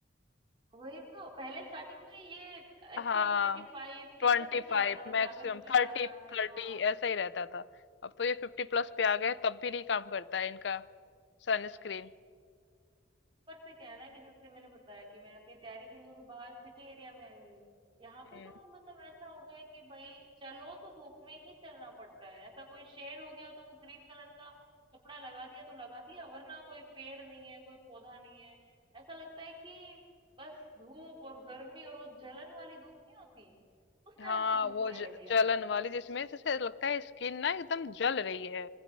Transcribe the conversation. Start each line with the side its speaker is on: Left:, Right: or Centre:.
Right: वही तो पहले स्टार्टिंग में ये एसपीएफ
Left: हाँ
Right: ट्वेंटी फाइव
Left: ट्वेंटी
Right: इतने तक ही
Left: फाइव
Right: आता था
Left: मैक्सिमम
Right: जहां तक मुझे
Left: थर्टी
Right: याद आ रहा है
Left: थर्टी
Right: हाँ
Left: ऐसा ही रहता था अब तो ये फिफ्टी प्लस पे आ गए तब भी नहीं काम करता है इनका सनस्क्रीन
Right: ऊपर से क्या है ना कि जैसे मैंने बताया कि मैं अपनी तैयारी के लिए अभी बाहर सिटी एरिया में आई हुई हूँ। यहाँ पे
Left: हम्म
Right: तो मतलब ऐसा हो गया है कि भाई चलो तो धूप में ही चलना पड़ता है। ऐसा कोई शेड हो गया तो वो ग्रीन कलर का कपड़ा लगा दिया तो लगा दिया वरना कोई पेड़ नहीं है, कोई पौधा नहीं है। ऐसा लगता है कि बस धूप और गर्मी और वो जलन वाली धूप नहीं होती, उस
Left: हाँ
Right: लेवल की धूप
Left: वो
Right: होने
Left: ज,
Right: लगी है
Left: जलन
Right: आजकल।
Left: वाली जिसमें जैसे लगता है स्किन ना एकदम जल रही है